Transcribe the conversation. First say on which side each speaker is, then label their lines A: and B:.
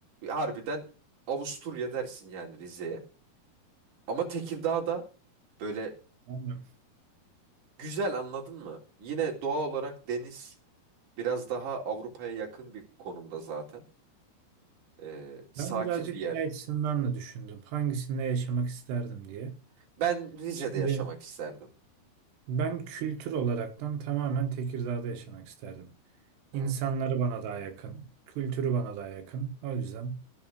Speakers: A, on the right; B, on the right.
A: Harbiden Avusturya dersin yani Rize'ye. Ama Tekirdağ da böyle
B: Aynen.
A: güzel anladın mı? Yine doğa olarak deniz biraz daha Avrupa'ya yakın bir konumda zaten. Ee, sakin
B: Ben birazcık
A: bir yer.
B: şey açısından da düşündüm. Hangisinde yaşamak isterdim diye.
A: Ben Rize'de
B: Şimdi
A: yaşamak isterdim.
B: ben kültür olaraktan tamamen Tekirdağ'da yaşamak isterdim. İnsanları
A: Yani
B: bana daha yakın. Kültürü bana daha yakın. O yüzden